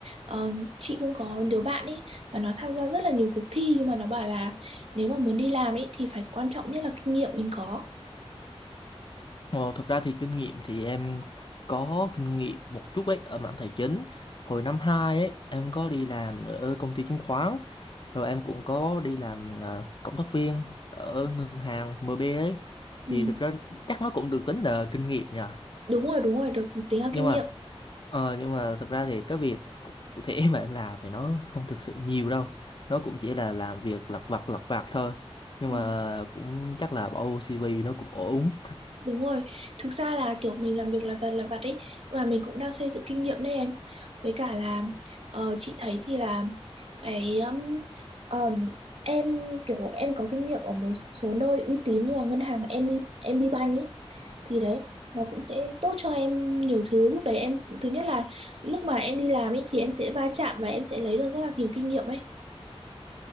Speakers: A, on the right (about 70°); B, on the left (about 50°).
A: Ờ, chị cũng có đứa bạn ý mà nó tham gia rất là nhiều cuộc thi nhưng mà nó bảo là nếu mà muốn đi làm ý thì phải quan trọng nhất là kinh nghiệm mình có
B: ồ, thực ra thì kinh nghiệm thì em có kinh nghiệm một chút ấy ở mảng tài chính. Hồi năm 2 ấy, em có đi làm ở công ty chứng khoán, rồi em cũng có đi làm à, cộng tác viên ở ngân hàng MB ấy.
A: ừ.
B: Thì thực ra chắc nó cũng được tính là kinh nghiệm nhỉ.
A: đúng rồi đúng rồi được tính là
B: nhưng
A: kinh
B: mà
A: nghiệm
B: ờ, nhưng mà thực ra thì cái việc cụ cụ thể <laughs> mà em làm thì nó không thực sự nhiều đâu nó cũng chỉ là làm việc lặt vặt lặt vặt thôi nhưng
A: ừ.
B: mà cũng chắc là bỏ vô CV nó cũng ổn
A: Đúng rồi, thực ra là kiểu mình làm việc là vặt là vặt ấy, nhưng mà mình cũng đang xây dựng kinh nghiệm đấy em. Với cả là ờ, chị thấy thì là cái um, um, em kiểu em có kinh nghiệm ở một số nơi uy tín như là ngân hàng em bê, em MB Bank ấy, thì đấy nó cũng sẽ tốt cho em nhiều thứ. Lúc đấy em thứ nhất là lúc mà em đi làm ấy thì em sẽ va chạm và em sẽ lấy được rất là nhiều kinh nghiệm ấy.